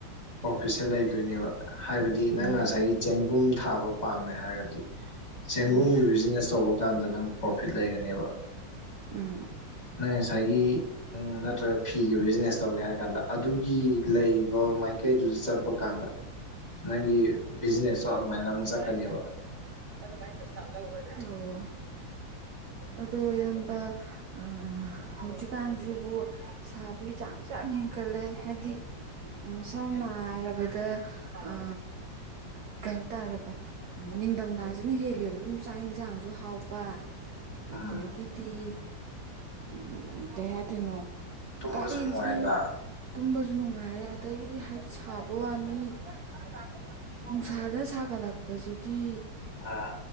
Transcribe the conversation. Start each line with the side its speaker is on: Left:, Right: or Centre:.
Left: ꯄ꯭ꯔꯣ ꯐꯤꯠꯁꯦ ꯂꯩꯗꯣꯏꯅꯦꯕ ꯍꯥꯏꯕꯗꯤ ꯅꯪꯅ
Right: ꯎꯝ ꯎꯝ
Left: ꯉꯁꯥꯏꯒꯤ ꯆꯦꯡꯒꯨꯝ ꯊꯥꯕ ꯄꯥꯝꯃꯦ ꯍꯥꯏꯔꯗꯤ ꯆꯦꯡꯒꯨꯝꯒꯤ
Right: ꯎꯝ
Left: ꯕꯤꯖꯤꯅꯦꯁ ꯇꯧꯕ ꯀꯥꯟꯗ ꯅꯪ ꯄ꯭ꯔꯣꯐꯤꯠ ꯂꯩꯒꯅꯤꯕ
Right: ꯎꯝ
Left: ꯅꯪ ꯉꯁꯥꯏꯒꯤ ꯅꯠꯇ꯭ꯔꯒ ꯐꯤꯒꯤ ꯕꯤꯖꯤꯅꯦꯁ ꯇꯧꯒꯦ ꯍꯥꯏꯔ ꯀꯥꯟꯗ ꯑꯗꯨꯒꯤ ꯂꯩꯔꯤꯕ ꯃꯥꯏꯀꯩꯗꯨꯗ ꯆꯠꯄ ꯀꯥꯟꯗ ꯅꯪꯒꯤ ꯕꯤꯖꯤꯅꯦꯁꯇꯣ ꯑꯗꯨꯃꯥꯏꯅ ꯑꯃ ꯆꯠꯀꯅꯦꯕ
Right: ꯎꯝ ꯑꯗꯨꯃꯥꯏ ꯄꯩꯁꯥ ꯂꯧꯒ꯭ꯔꯗꯥꯏ ꯑꯣ ꯑꯗꯣ ꯏꯌꯥꯝꯕ ꯑ ꯍꯧꯖꯤꯛꯀꯥꯟꯖꯤꯕꯨ ꯁꯥꯕꯒꯤ ꯆꯥꯡꯁꯨ ꯌꯥꯝ ꯍꯦꯟ <unintelligible> ꯍꯥꯏꯗꯤ ꯎꯝ ꯁꯝꯅ ꯍꯥꯏꯔꯕꯗ ꯑ ꯀꯩ ꯍꯥꯏꯇꯥꯔꯦ ꯅꯤꯡꯊꯝꯊꯥꯁꯤꯅ ꯍꯦꯜꯂꯦꯕ ꯑꯗꯨꯝ ꯆꯥꯛ ꯌꯦꯟꯁꯥꯡꯁꯨ ꯍꯥꯎꯕ
Left: ꯎꯝ
Right: ꯑꯗꯒꯤꯗꯤ ꯎꯝ ꯀꯩ ꯍꯥꯏꯗꯣꯏꯅꯣ <unintelligible>
Left: ꯇꯨꯝꯕꯁꯨ ꯅꯨꯡꯉꯥꯏꯕ
Right: ꯇꯨꯝꯕꯁꯨ ꯅꯨꯡꯉꯥꯏꯔꯦ ꯑꯗꯒꯤꯗꯤ ꯍ ꯁꯥꯕ ꯋꯥꯅꯤ <unintelligible> ꯅꯨꯡꯁꯥꯁꯤꯅ ꯁꯥꯒꯠꯂꯛꯄꯁꯤꯗꯤ
Left: ꯑꯥ